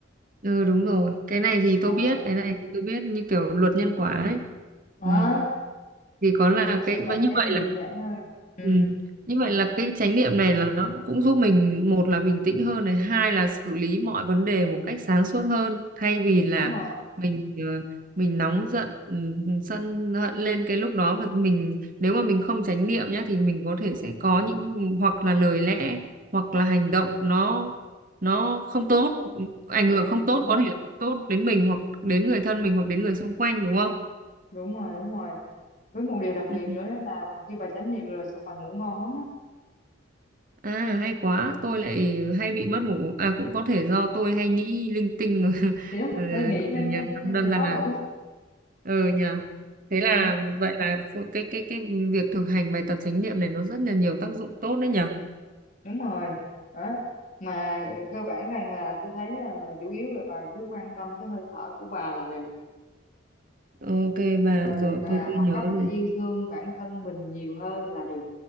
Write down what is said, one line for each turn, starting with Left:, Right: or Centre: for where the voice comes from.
Right: Ừ, đúng rồi. Cái này thì
Left: đó,
Right: tôi biết, cái này thì tôi biết như kiểu luật nhân quả ấy.
Left: đó.
Right: Ừ. Thì có là
Left: thì mọi sự
Right: cái
Left: bà
Right: vậy như
Left: sẽ
Right: vậy
Left: nhẹ
Right: là
Left: nhàng hơn ừ
Right: ừ. Như vậy là cái chánh niệm này là nó cũng giúp mình một là bình tĩnh hơn này, hai là xử lý mọi vấn đề một cách sáng suốt hơn thay vì là
Left: đúng rồi
Right: mình ờ, mình nóng giận ừ, sân hận lên cái lúc đó và mình nếu mà mình không chánh niệm nhá thì mình có thể sẽ có những hoặc là lời lẽ hoặc là hành động nó nó không tốt ảnh
Left: dạ,
Right: hưởng
Left: đúng
Right: không
Left: đúng
Right: tốt có
Left: rồi
Right: thể là không tốt đến mình hoặc đến người thân mình hoặc đến người xung quanh đúng không?
Left: đúng rồi đúng rồi với một điều đặc
Right: Ừ.
Left: biệt nữa đó là mà khi bà chánh niệm rồi sao bà ngủ ngon lắm á
Right: À hay quá, tôi lại hay bị mất ngủ. À cũng có thể do tôi hay nghĩ linh tinh
Left: Ừ.
Right: <laughs>
Left: thì đó
Right: ừ,
Left: hay nghĩ lên
Right: nhà
Left: đến nên
Right: đơn
Left: sẽ
Right: giản
Left: khó
Right: là
Left: ngủ
Right: ừ nhờ. Thế là
Left: Ừ,
Right: vậy là phụ- cái cái cái việc thực hành bài tập chánh niệm này nó rất là nhiều tác dụng tốt đấy nhở.
Left: đúng rồi đó mà cơ bản rằng là tôi thấy là, là chủ yếu là bà cứ quan tâm cái hơi thở của bà là được
Right: Ok bà,
Left: rồi
Right: rồi
Left: bà
Right: tôi tôi
Left: học
Right: nhớ
Left: cách
Right: rồi.
Left: để yêu thương bản thân mình nhiều hơn là được